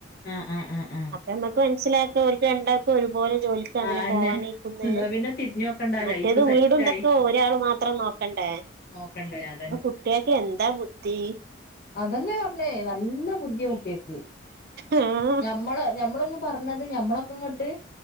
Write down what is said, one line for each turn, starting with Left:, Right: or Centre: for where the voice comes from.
Left: ആഹ് ആഹ് ആഹ് ആഹ്
Right: അപ്പൊ ഞമ്മുക്ക് മനസ്സിലാക്കും ഓൽക്ക് രണ്ടാക്കും ഒരുപോലെ ജോലിക്ക് അങ്ങനെ
Left: ആ അന്നെ
Right: പോവാനെയ്ക്കുംന്ന്
Left: എന്താ പിന്നെ തിരിഞ്ഞു നോക്കണ്ട
Right: മറ്റേത്
Left: ലൈഫ് സെറ്റായി
Right: വീടും ഇതൊക്കെ ഒരാള് മാത്രം നോക്കണ്ടേ
Left: നോക്കണ്ടേ അത്
Right: ഇപ്പൊ കുട്ടികൾക്ക് എന്താ ബുദ്ധി
Left: അതെന്നെ പറഞ്ഞേ നല്ല ബുദ്ധിയാ കുട്ട്യക്ക്
Right: ആഹ്
Left: മ്മള് ഞമ്മളൊന്ന് പറഞ്ഞത് ഞമ്മളൊക്കെ ഇങ്ങോട്ട്